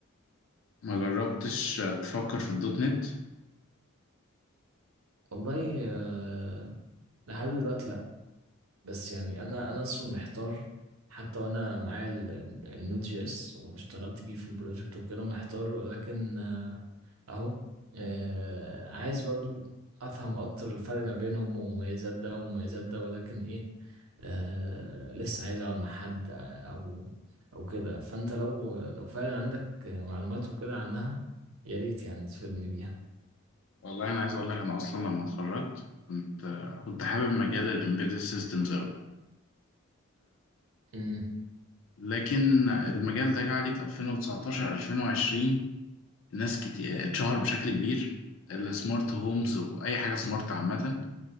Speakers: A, on the left (about 60°); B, on the right (about 75°).
A: ما جربتش تفكر في الدوت نت
B: والله آه، لحد دلوقتي لا بس يعني انا انا اصلا محتار حتى وانا معايا ال- ال- النود جي اس واشتغلت بيه في البروجكت وكده محتار ولكن آه، اهو آه عايز برضو افهم اكتر الفرق ما بينهم ومميزات ده ومميزات ده ولكن ايه آه لسه عايز اقعد مع حد آه، او او كده فانت لو لو فعلا عندك معلومات وكده عنها يا ريت يعني تفيدني بيها
A: والله انا عايز اقول لك انا اصلا لما اتخرجت كنت كنت حابب مجال الامبيدد سيستمز قوي
B: امم
A: لكن المجال ده جه عليه في 2019 2020 ناس كتير اتشهر بشكل كبير السمارت هومز واي حاجه سمارت عامه